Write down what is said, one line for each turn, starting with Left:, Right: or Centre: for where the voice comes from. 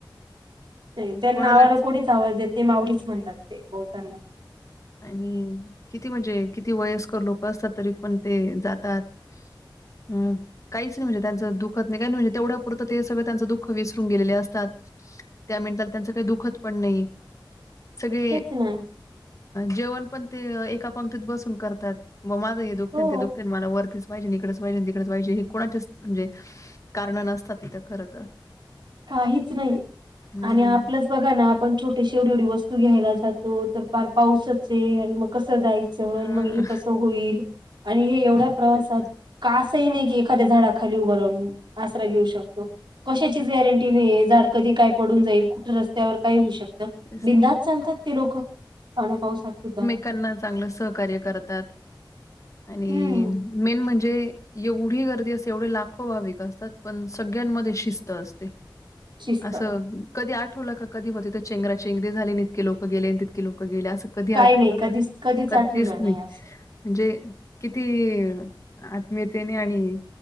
Right: त्यांना
Left: कोणालाच
Right: नावाला कोणीच आवाज देत नाही ते माऊलीच म्हणतात
Left: काय.
Right: ते बोलताना.
Left: आणि किती म्हणजे किती वयस्कर लोक असतात तरी पण ते जातात. हम्म. काहीच नाही म्हणजे त्यांचं दुखत नाही काही नाही म्हणजे तेवढ्यापुरत ते सगळं त्यांच दुःख विसरून गेलेले असतात. त्या मिनटात त्यांचं काही दुःखत पण नाही. सगळे
Right: तेच ना.
Left: जेवण पण ते एका पंक्तीत बसून करतात व माझं हे दुखतेन
Right: हो.
Left: ते दुखतेन मला वरतीच ज इकडेच पाहिजे, तिकडेच पाहिजे, हे कोणाचेच म्हणजे कारण नसतात तिथं खर तर.
Right: काहीच नाही
Left: हं.
Right: आणि आपलंच बघा ना आपण छोट एवढी एवढी वस्तू घ्यायला जातो तर फार पाऊसच आहे आणि मग कसं जायचं?
Left: हां.
Right: मग हे कस होईल आणि हे एवढ्या प्रवासात
Left: तेच ना,
Right: आसही नाही की एखाद्या झाडाखाली उभं राहून आसरा घेऊ शकतो कशाची
Left: तेच ना,
Right: गॅरंटी नाहीे झाड कधी काय पडून जाईल कुठे रस्त्यावर काय होऊ शकत.
Left: तेच.
Right: बिंदास्त चालतात ते लोक पाण्या पावसात सुद्धा.
Left: कांना चांगलं सहकार्य करतात आणि
Right: हम्म
Left: मेन म्हणजे एवढी गर्दी असते एवढे लाखो भाविक असतात पण सगळ्यांमध्ये शिस्त असते.
Right: शिस्त
Left: असं कधी आठवल का कधी होती त्या चेंगरा चेंगरी झाली न इतके लोक गेले तितके लोक गेले अस कधी
Right: काय
Left: आठवलं
Right: नाही कधीच
Left: का कधीच
Right: आठवलं
Left: नाही.
Right: असं
Left: म्हणजे किती आत्मीयतेने आणि